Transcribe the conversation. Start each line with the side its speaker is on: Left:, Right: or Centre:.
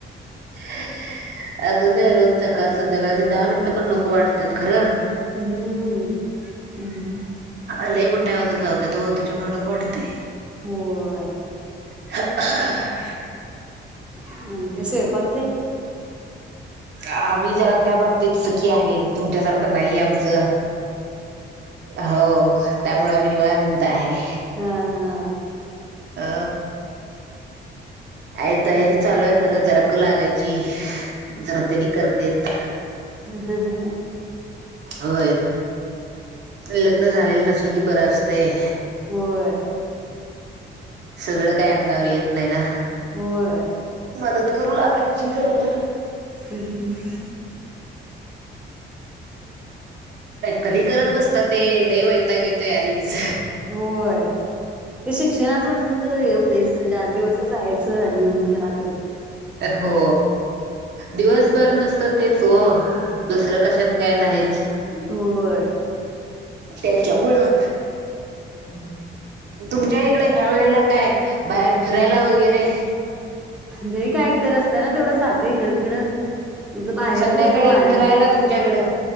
Right: असंच आहे, रोज सकाळ - सध्याकाळ ते दहा मिनिटं पण नको वाटतेत खरं.
Centre: हम्म हम्म हम्म
Right: लय मोठ्या आवाजात लावत्यात ओ, त्याच्यामुळ नको वाटतंय.
Centre: होय
Right: <unintelligible>
Centre: आणि ते स्वयंपाक तेन?
Right: आम्ही जरा त्या बाबतीत सुखी आहे, तुमच्यासारखं नाहीय आमचं. हो, त्यामुळे आम्ही निवांत आहे.
Centre: हा हा
Right: अ हाय तयारी चालू आहे खरं, जरा करु लागाय ची जरा तेनी करतेत.
Centre: ह ह ह ह
Right: होय लग्न झालेलं नसल कि बरं असतेय
Centre: होय
Right: सगळं काही अंगावर येत नाही ना
Centre: होय
Right: मदत करू लागायची जरा जरा
Centre: हम्
Right: कधी करत बसत ते लई वैताग येतो याधीच
Centre: होय ते शिक्षणाचं असून तर हे होतयचं दिवसभर जायचं आणि येऊन घरात
Right: हो दिवसभर नुसतं तेच हो दुसरं कशात काय नाहीच
Centre: होयं
Right: त्याच्यामुळं
Centre: <unintelligible>
Right: तुमच्या इकडे खावेळेला काय बाहेर फिरायला वगैरे
Centre: नही काय तर रस्त्याला तेवढं जातय इकडं तिकडं म्हणज बाहेरच
Right: संध्याकाळी
Centre: बसते वाऱ्याला
Right: फिरायला तुमच्याकडं